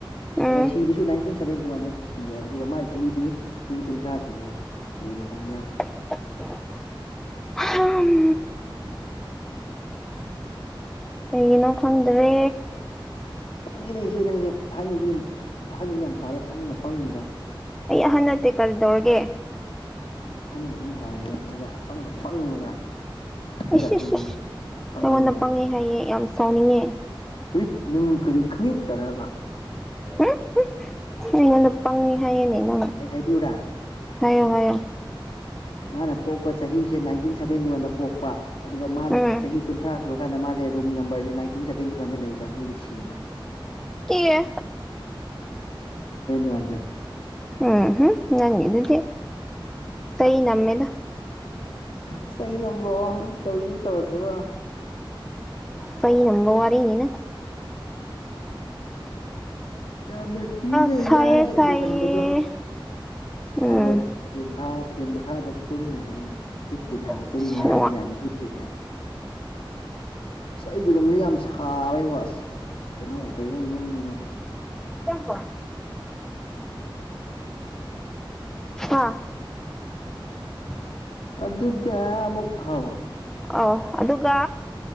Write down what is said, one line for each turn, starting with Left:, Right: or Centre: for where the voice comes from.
Centre: ꯎꯝ
Left: ꯑ ꯁꯤꯕꯤꯁꯨꯟꯇꯤꯟ ꯁꯚꯦꯟꯇꯤ ꯋꯥꯟꯗ ꯁꯤ ꯌꯥꯏ ꯑꯗꯨꯒ ꯃꯥꯏ ꯆꯍꯤꯗꯤ ꯆꯍꯤ ꯀꯨꯟꯊ꯭ꯔꯥ ꯁꯨꯔꯤ ꯍꯥꯏꯏ ꯀꯅꯣ ꯈꯪꯕ꯭ꯔꯥ
Centre: ꯍ ꯌꯦꯩꯅꯣ ꯈꯪꯗ꯭ꯔꯦ
Left: ꯄꯪꯉꯤꯗꯏꯁꯦ ꯅꯪꯁꯦ ꯑꯍꯟꯗꯤ ꯑꯍꯟꯗꯤ ꯌꯥꯝ ꯁꯥꯔꯒꯪꯅ ꯄꯪꯉꯤꯕ
Centre: ꯑꯩ ꯑꯍꯟꯠꯇꯦ ꯀꯔꯤ ꯇꯧꯔꯒꯦ
Left: ꯑꯍꯟ ꯑꯍꯟ ꯁꯥꯔꯒ ꯑꯗꯨꯒ ꯄꯪꯅ ꯄꯪꯉꯦꯕ ꯐꯨꯊꯔꯛꯑꯅꯤ
Centre: ꯑꯩꯁꯁ
Left: ꯑꯗꯩꯗꯤ
Centre: ꯑꯁ
Left: ꯄꯪꯃꯜꯂꯦꯅ
Centre: ꯑꯩꯪꯉꯣꯟꯗ ꯄꯪꯉꯦ ꯍꯥꯏꯌꯦꯦ ꯌꯥꯝ ꯁꯥꯎꯅꯤꯡꯉꯦ
Left: ꯍꯠ ꯅꯪ ꯀꯔꯤ ꯈꯪꯉ ꯇꯔꯒ
Centre: ꯎꯝ ꯑꯩꯉꯣꯟꯗ ꯄꯪꯉꯤ ꯍꯥꯏꯌꯦꯅꯦ ꯅꯪ
Left: ꯑꯩ ꯍꯥꯏꯕꯤꯌꯨꯨꯔꯥ
Centre: ꯍꯥꯏꯌꯣ ꯍꯥꯏꯌꯣ
Left: ꯃꯥꯅ ꯄꯣꯛꯄ ꯆꯍꯤꯁꯦ ꯅꯥꯏꯟꯇꯤꯟ ꯁꯚꯦꯟꯇꯤ ꯋꯥꯟꯗ ꯄꯣꯛꯄ ꯑꯗꯨꯒ ꯃꯥꯅ
Centre: ꯎꯝ
Left: ꯆꯍꯤ ꯀꯨꯟꯊ꯭ꯔꯥ ꯁꯨꯔꯛ ꯀꯥꯟꯗ ꯃꯥꯁꯦ ꯔꯨꯝ ꯅꯝꯕꯔꯁꯦ ꯏꯇꯦꯟꯇꯤ ꯋꯥꯟꯗ ꯂꯩꯕ ꯑꯗꯨꯒꯤ ꯁꯤꯕ
Centre: ꯑꯦ
Left: ꯋꯥꯦ
Centre: ꯎꯝ ꯎꯝ ꯅꯪ ꯑꯗꯨꯗꯤ ꯀꯩ ꯅꯃꯦꯃꯦꯗ
Left: ꯏꯁꯩ ꯅꯝꯕ꯭ꯔꯣ ꯀꯔꯤꯅ ꯇꯧꯔꯁꯕ
Centre: ꯁꯩ ꯅꯝꯕ ꯋꯥꯔꯅꯤꯅ
Left: ꯌꯥꯝꯅ ꯊꯤꯅ
Centre: ꯁꯥꯏꯌꯦ
Left: ꯂꯥꯏꯅ
Centre: ꯁꯥꯏꯌꯦ
Left: ꯂꯨꯍꯟꯕꯗꯣ ꯁꯥꯏ
Centre: ꯎꯝ
Left: ꯍꯣꯏ ꯐꯦꯟ ꯊꯥ ꯐꯦꯟ ꯃꯈꯥꯗ ꯇꯨꯝꯃꯤꯅꯦ ꯑꯩ ꯍꯤꯞꯄꯤꯅꯦ ꯍꯥꯏꯕ
Centre: ꯑꯁ
Left: ꯇꯨꯝꯃꯦ ꯍꯥꯏꯕ ꯌꯥꯗꯦ ꯍꯤꯞꯄꯤꯅꯦ ꯍꯥꯏꯕ
Centre: ꯎ
Left: ꯑꯁ ꯑꯩꯒꯤ ꯔꯨꯝꯗꯤ ꯌꯥꯝ ꯁꯥꯔꯦꯀꯣ ꯑꯁ ꯀꯩꯅꯣ ꯀꯩꯅꯣ ꯌꯨꯝꯅꯤꯅꯕ
Centre: ꯆꯝꯕ ꯍꯥ <unintelligible>
Left: ꯑ ꯑꯗꯨꯒ ꯑꯃꯛ ꯍꯥꯎ
Centre: ꯑꯣ ꯑꯗꯨꯒ